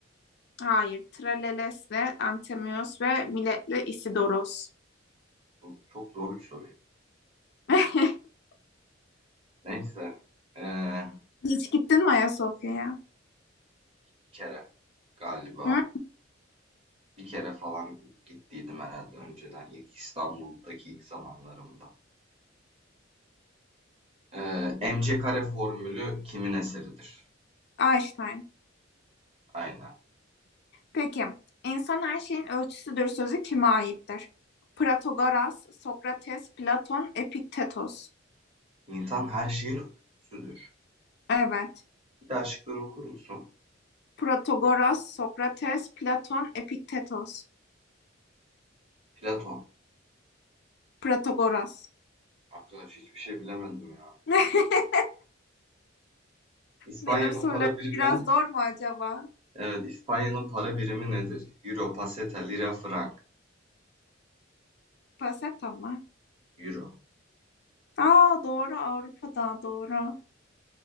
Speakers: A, on the left; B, on the right.
A: Hayır, Trales'le Antemius ve Milet'le Isidoros.
B: Bu çok zor bir soru.
A: <laughs>
B: Neyse. Ee,
A: Hiç gittin mi Ayasofya'ya?
B: bir kere galiba.
A: Hı?
B: Bir kere falan gittiydim herhalde önceden. ilk İstanbul'daki ilk zamanlarımda. Ee, MC kare formülü kimin eseridir?
A: Einstein.
B: Aynen.
A: Peki, insan her şeyin ölçüsüdür sözü kime aittir? Protagoras, Sokrates, Platon, Epiktetos.
B: İnsan her şeyin ölçüsüdür.
A: Evet.
B: Bir daha şıkları okur musun?
A: Protagoras, Sokrates, Platon, Epiktetos.
B: Platon.
A: Protagoras.
B: Arkadaş hiçbir şey bilemedim ya.
A: <laughs>
B: İspanya'nın
A: Benim sorularım
B: para birimi.
A: biraz zor mu acaba?
B: Evet, İspanya'nın para birimi nedir? Euro, peseta, lira, frank.
A: Paseta mı?
B: Euro.
A: Aa doğru Avrupa'da doğru.